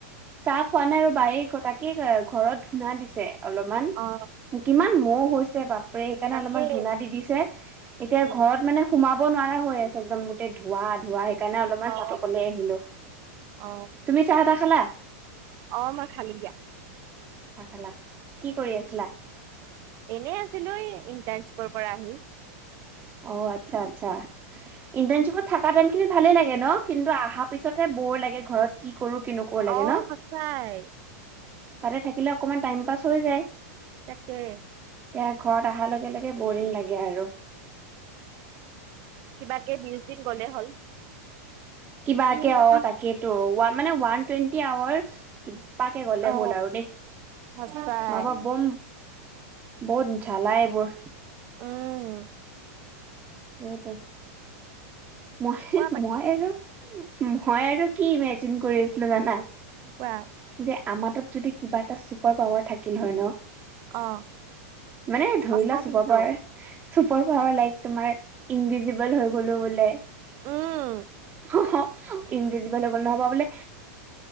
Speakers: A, on the right (about 20°); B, on the right (about 35°).
A: চাহ খোৱা নাই ৰবা, এ তাকে ঘৰত ধূনা দিছে অলপমান
B: অ
A: কিমান মহ হৈছে বাপৰে। সেইকাৰণে
B: তাকে
A: অলপমান ধূনা দি দিছে। এতিয়া
B: উম
A: ঘৰত মানে সোমাব ব নোৱাৰা হৈ আছে একদম। গোটে ধোৱা, ধোৱা। সেইকাৰণে অলপমান
B: অ
A: চাটৰ ওপৰলে আহিলো।
B: অ
A: তুমি চাহ-তাহ খালা?
B: অ, মই খালো দিয়া।
A: চাহ খালা? কি কৰি আছিলা?
B: <unintelligible> আছিলো ইণ্টাৰণশ্বিপৰ পৰা আহি।
A: অ, আচ্ছা, আচ্ছা। ইণ্টাৰ্নচিপত থাকা টাইম খিনি ভালে লাগে ন? কিন্তু আহা পিছতহে বৰ লাগে। ঘৰত কি কৰো কি নকৰোঁ লাগে
B: অ
A: ন?
B: সঁচাই
A: তাতে থাকিলে অকমান টাইম পাছ হৈ যায়।
B: তাকেই।
A: এতিয়া ঘৰত আহাৰ লগে লগে বৰিং লাগে আৰু।
B: কিবাকে বিশ দিন গ'লে হ'ল
A: কিবাকে
B: উম
A: অ তাকেইটো। মানে ওৱান টুৱেণ্টি আৱাৰ্চ কিবাকে গলে
B: অ
A: হ'ল আৰু দেই।
B: সঁচাই
A: নবা বম বহুত ঝালা এইবোৰ।
B: উম
A: সেয়েটো, মই
B: কোৱা বাকী
A: মই আৰু মই আৰু কি ইমেজিন কৰি আছিলো জানা?
B: কোৱা
A: যে আমাৰ তাত যদি কিবা এটা ছুপাৰ পাৱাৰ থাকিল হয় ন?
B: অ
A: মানে ধৰি
B: সঁচা
A: লোৱা ছুপাৰ
B: কিন্তু
A: পাৱাৰ চুপাৰ পাৱাৰ লাইক তোমাৰ ইনভিজিবল হৈ গ'লো বোলে।
B: উম
A: হ-হ ইনভিজিবল হৈ গ'ল। নহবা বোলে